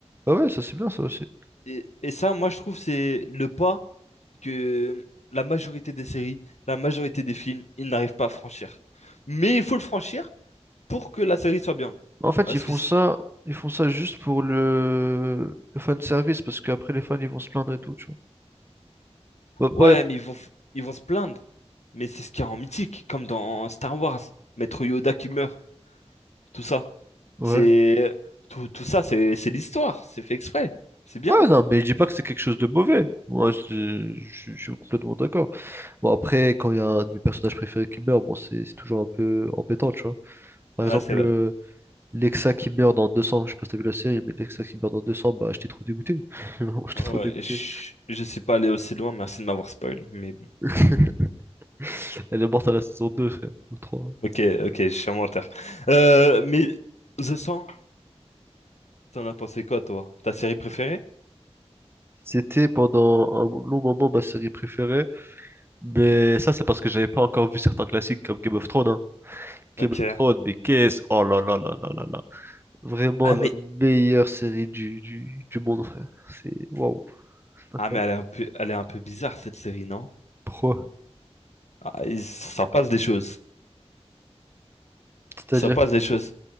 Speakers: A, on the right; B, on the left.
A: Bah ouais, ça c'est bien ça aussi.
B: Et, et ça, moi, je trouve, c'est le pas que la majorité des séries, la majorité des films, ils n'arrivent pas à franchir. Mais il faut le franchir pour que la série soit bien.
A: En fait,
B: Parce
A: ils font
B: que si
A: ça, ils font ça juste pour le, le fan service parce qu'après les fans ils vont se plaindre et tout, tu vois. Bah,
B: Ouais,
A: pas-
B: mais ils vont, f- ils vont se plaindre. Mais c'est ce qu'il y a en mythique, comme dans Star Wars. Maître Yoda qui meurt, tout ça.
A: ouais.
B: C'est tout, tout ça, c'est c'est l'histoire. C'est fait exprès. C'est bien.
A: Ouais, non, mais je dis pas que c'est quelque chose de mauvais. Moi, je, je- je suis complètement d'accord. Bon, après, quand il y a un de mes personnages préférés qui meurt, bon, c'est c'est toujours un peu embêtant, tu vois. Par
B: Ah,
A: exemple,
B: c'est vrai.
A: euh, Lexa qui meurt dans 200 je sais pas si t'as vu la série, mais Lexa qui meurt dans deux cents bah, j'étais trop dégoûté. <laughs> Vraiment, J'étais
B: Ouais,
A: trop dégoûté.
B: je, je suis pas allé aussi loin. Merci de m'avoir spoil. Mais bon.
A: <laughs> Elle est morte à la saison deux frère, ou trois
B: Ok, ok, je suis un menteur. Euh, mais The Sand t'en as pensé quoi, toi? Ta série préférée?
A: C'était pendant un long moment ma série préférée, mais ça, c'est parce que j'avais pas encore vu certains classiques comme Game of Thrones, hein. Game
B: Ok.
A: of Thrones, mais qu'est-ce... Oh là là là là là là. Vraiment
B: Ah,
A: la
B: mais
A: meilleure série du, du, du monde, frère. C'est waouh, incroyable.
B: ah, mais elle est un peu, elle est un peu bizarre cette série, non?
A: Pourquoi?
B: Ah, il s'en passe des choses.
A: C'est-à-dire,
B: Il s'en passe des choses.